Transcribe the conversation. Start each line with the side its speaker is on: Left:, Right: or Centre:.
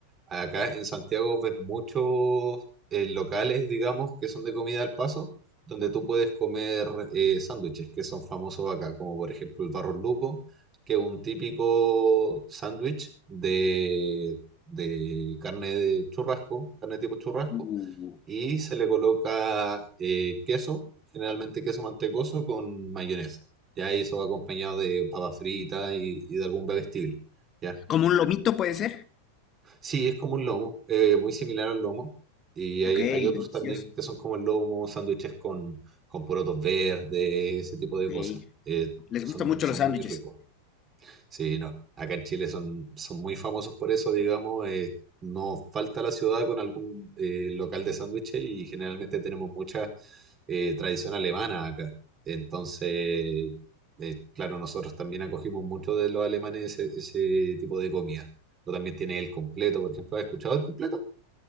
Right: Acá en Santiago ves muchos eh, locales, digamos, que son de comida al paso, donde tú puedes comer eh, sándwiches que son famosos acá, como por ejemplo el Barro Luco, que es un típico sándwich de, de carne de churrasco, carne tipo churrasco
Left: Uh,
Right: y se le coloca eh, queso, generalmente queso mantecoso con mayonesa. Ya y eso va acompañado de papa frita y, y de algún bebestible. ¿ya?
Left: Como un lomito puede ser.
Right: Sí, es como un lomo, eh, muy similar al lomo. Y hay,
Left: Ok,
Right: hay otros
Left: delicioso.
Right: también que son como el lomo, sándwiches con, con porotos verdes, ese tipo de
Left: Ok.
Right: cosas. Eh,
Left: Les
Right: son,
Left: gustan mucho
Right: son
Left: los sándwiches.
Right: muy ricos. Sí, no. Acá en Chile son, son muy famosos por eso, digamos. eh, no falta la ciudad con algún eh, local de sándwiches y generalmente tenemos mucha eh, tradición alemana acá. Entonces, eh, claro, nosotros también acogimos mucho de los alemanes ese, ese tipo de comida. O también tiene el completo, por ejemplo. ¿Has escuchado el completo?